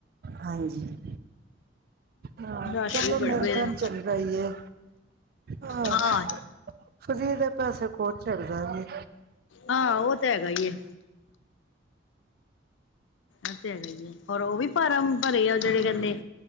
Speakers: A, on the right; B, on the left.
A: ਹਾਂਜੀ। ਹਾਂ
B: ਰਸ਼
A: ਚਲੋ
B: ਵੀ ਬੜੇ
A: ਮਿਲ
B: ਪਏ
A: ਜਾਣ
B: ਦੇ
A: ਚੰਗਾ ਈ ਏ, ਆਹ।
B: ਹਾਂ
A: ਫਰੀ ਦੇ ਪੈਸੇ ਕੋਨ ਚਲਦਾ ਵੇ।
B: ਹਾਂ ਔਹ ਤੇ ਹੈਗਾ ਈ ਏ। ਏਹ ਤੇ ਹੈਗਾ ਈ ਏ, ਹੋਰ ਔਹ ਵੀ ਫ਼ਾਰਮ ਭਰੇ ਆ ਜੇੜੇ ਕਹਿੰਦੇ